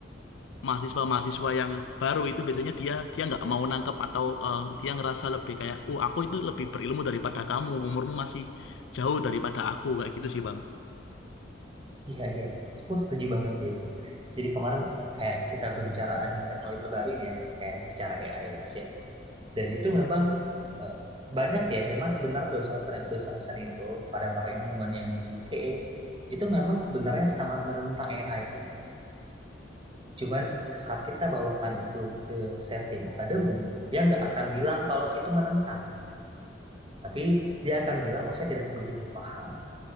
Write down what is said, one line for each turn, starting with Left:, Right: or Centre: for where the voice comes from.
Left: mahasiswa-mahasiswa yang baru itu biasanya dia dia nggak mau nangkep atau eh, dia ngerasa lebih kayak, oh aku itu lebih berilmu daripada kamu, umurmu masih jauh daripada aku kayak gitu sih bang.
Right: Iya, iya. Aku setuju banget sih itu. Jadi kemarin kayak kita pembicaraan teknologi terbaru ini ya, kayak bicara AI ya Mas ya. Dan itu
Left: Iya.
Right: memang eh, banyak ya, memang sebenarnya dosen-dosen dosen-dosen itu pada para ilmuwan yang di UK itu memang sebenarnya sangat menentang AI sih Mas. Cuman saat kita bawakan itu ke setting akademik, dia nggak akan bilang kalau itu menentang. Tapi dia akan bilang, oh saya tidak begitu paham,